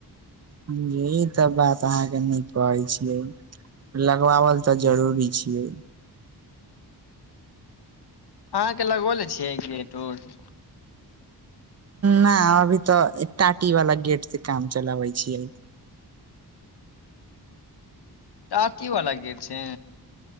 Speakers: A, on the right; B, on the left.
A: य तऽ बात अहाँके नै कहै छियै लगवावल तऽ
B: अहाँ
A: जरूरी छियै
B: अहाँके लगोले छियै गेट उट
A: ना अभी तऽ एक टाटी वाला गेट से काम चलाबै छियै
B: टाटीवाला गेट सै